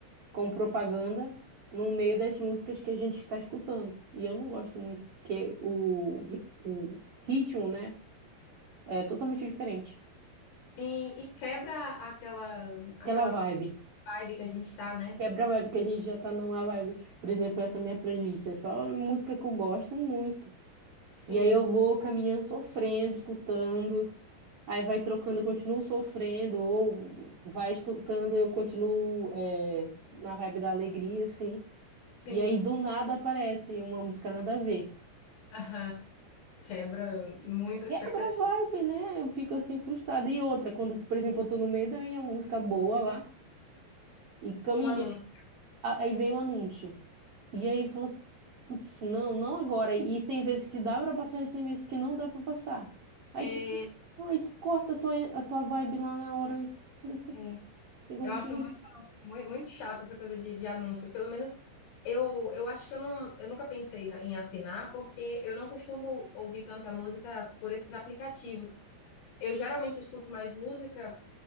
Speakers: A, on the right; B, on the left.
A: com propaganda no meio das músicas que a gente está escutando. E eu não gosto muito, porque o, ri- o ritmo, né, é totalmente diferente.
B: Sim, e quebra aquela aquela
A: Aquela vibe.
B: vibe que a gente tá, né?
A: Quebra a vibe que a gente já tá numa vibe. Por exemplo, essa minha playlist é só música que eu gosto muito.
B: sim,
A: E aí eu vou caminhando sofrendo, escutando. Aí vai trocando, eu continuo sofrendo, ou vai escutando, eu continuo é, na vibe da alegria, assim.
B: sim.
A: E aí do nada aparece uma música nada a ver.
B: Aham. Quebra muito a
A: Quebra
B: expectativa.
A: a vibe, né? Eu fico assim frustrada. E outra, quando, por exemplo, eu tô no meio da minha música boa lá e caminhando,
B: Um anúncio.
A: a- aí vem o anúncio. E aí falou, putz, não, não agora. E tem vezes que dá pra passar e tem vezes que não dá pra passar. Aí
B: É,
A: tipo, aí tu corta a tua, a tua vibe lá na hora. Eu Falei assim,
B: é.
A: tem coisa
B: Eu acho
A: que não
B: muito. Muito, muito chato essa coisa de, de anúncios. Pelo menos eu, eu acho que eu, não, eu nunca pensei na- em assinar, porque eu não costumo ouvir tanta música por esses aplicativos. Eu geralmente escuto mais música.